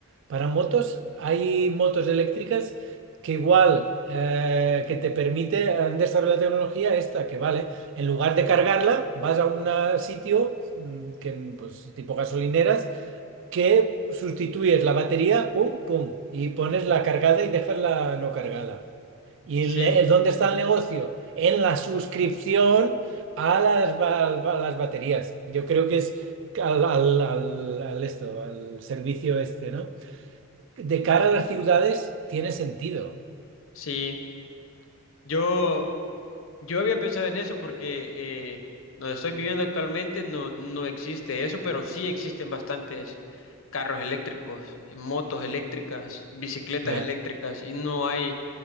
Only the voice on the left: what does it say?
Sí,
sí. Yo, Yo había pensado en eso porque eh, donde estoy viviendo actualmente no, no existe eso, pero sí existen bastantes carros eléctricos, eh, motos eléctricas, bicicletas
eléctricas y no hay